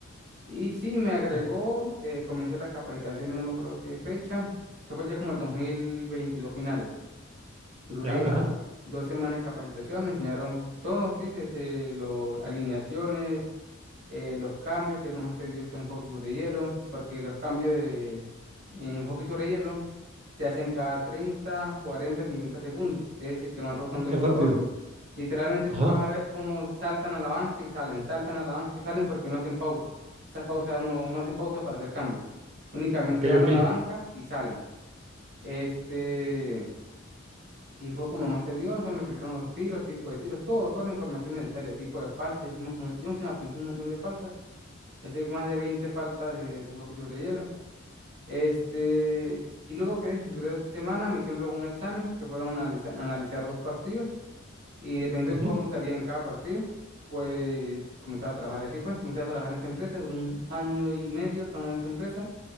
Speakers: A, on the right; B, on the right.
A: Y sí, me agregó,
B: o-
A: eh, comencé la capacitación y no me acuerdo qué fecha. Eso fue ya como el 2022 finales. Duré
B: ya, ajá.
A: dos semanas en capacitación, me enseñaron todo, sí, desde las alineaciones, eh, los cambios, que es lo más tedioso en hockey sobre hielo, porque los cambios de, en hockey sobre hielo se hacen cada 30 40 50 segundos, es decir, que van rotando
B: Ah, qué
A: jugadores.
B: rápido.
A: Literalmente
B: Ajá.
A: tú vas a ver cómo saltan a la banca y salen, saltan a la banca y salen porque no hacen pausas. Esas pausas no, no hacen pausa para hacer cambios. Únicamente
B: Ok,
A: van
B: ok.
A: a la banca y salen. Este, y fue como lo más tedioso, me explicaron los tiros, tipo de tiros, todo, toda la información necesaria, tipo de faltas. Yo, me, como, yo sí me aprendí un montón de faltas, me hice más de 20 faltas de, de hockey sobre hielo. Este, y luego quedé, duré dos semanas, me hicieron luego un examen, que fueron a analiza- analizar dos partidos, y dependiendo
B: Ujú,
A: de cómo salía en cada partido, pues comenzaba a trabajar, y así fue, comencé a trabajar en esa empresa, duré un año y medio trabajando en esa empresa,